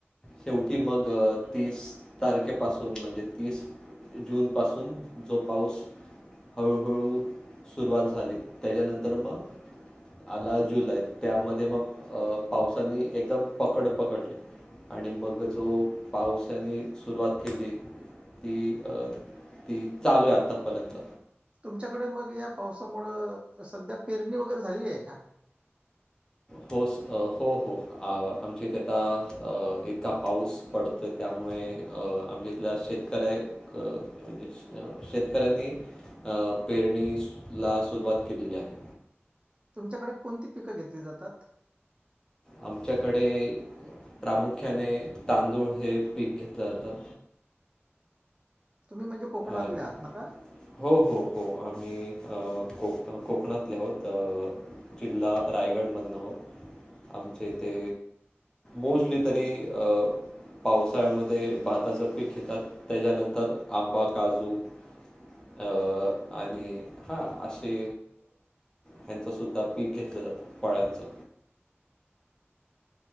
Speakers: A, on the left; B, on the right.
A: शेवटी मग तीस तारखेपासून म्हणजे तीस जून पासून जो पाऊस हळूहळू सुरुवात झाली त्याच्यानंतर मग आला जुलाई त्यामध्ये मग पावसानी एकदम पकड पकडली. आणि मग जो पावसाने सुरुवात केली ती अ ती चालू आहे आत्तापर्यंत.
B: तुमच्याकडे मग या पावसामुळं सध्या पेरणी वगैरे झालेली आहे का?
A: पाऊस अ हो हो हो आमच्या इथे आता अ इतका पाऊस पडतोय त्यामुळे अ आमच्या इथल्या शेतकर्या अ शेतकऱ्यांनी अ पेरणीस ला सुरुवात केलेली आहे.
B: तुमच्याकडे कोणती पिकं घेतली जातात?
A: आमच्याकडे प्रामुख्याने तांदूळ हे पीक घेतलं जातं.
B: तुम्ही म्हणजे कोकणातले
A: आणि
B: आहात ना का?
A: हो हो हो आम्ही अ कोक कोकणातले आहोत अ जिल्हा रायगड मधनहर आमचे ते मोस्टली तरी अ पावसाळ्यामध्ये भाताचं पीक घेतात त्याच्यानंतर आंबा काजू या आणि हा असे. ह्यांचं सुद्धा पीक घेतलं जातं फळ्यांचं.